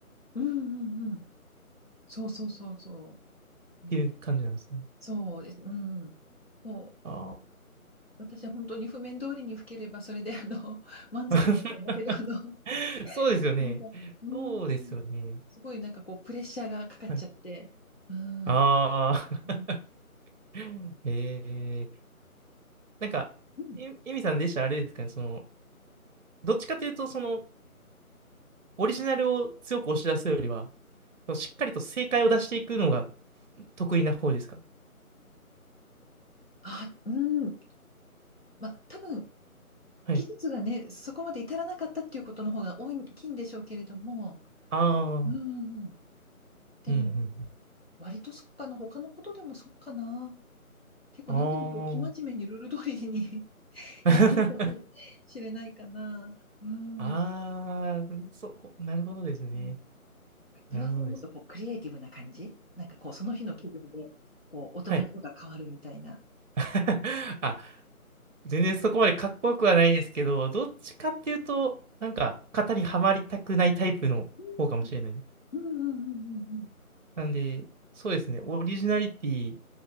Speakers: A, on the left; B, on the right.
A: うんうんうん。そうそうそうそう。うん。
B: ていう感じなんですね。
A: そうです。うん。もう、
B: あ
A: 私は本当に譜面通りに吹ければ、それであの、<laughs> 満足だったんだけど、
B: あ。<laughs>
A: あの、
B: そうですよね。
A: なんか、うん。
B: そうですよね。
A: すごいなんかこう、プレッシャーがかかっちゃって。
B: はい、
A: うん。
B: ああ。
A: うん。
B: <laughs> えー、なんか、
A: うん
B: え、エミさんでしたらあれですかね、その、どっちかというと、その、オリジナルを強く押し出すよりは、しっかりと正解を出していくのが得意な方ですか
A: あ、うん。まあ、多分、
B: はい。
A: 技術がね、そこまで至らなかったっていうことの方が多い大きいんでしょうけれども。
B: ああ、
A: うんうんうん。でも、
B: うんうん。
A: 割とそうかな。他のことでもそうかな。結構何でもこう、
B: ああ。
A: 生真面目にルール通りに <laughs>
B: <laughs>
A: やってるかもしれないかな。うん。
B: ああ、そこ、なるほどですね。
A: うん
B: なるほどです。
A: 岩さんはもっとこう、クリエイティブな感じなんかこう、その日の気分で、こう、音の色が変わるみたいな。
B: はい。<laughs> あ、全然そこまでかっこよくはないですけど、どっちかっていうと、なんか、型にはまりたくないタイプの方かもしれないです。
A: うんうんうんうん
B: なんで、そうですね、オリジナリティ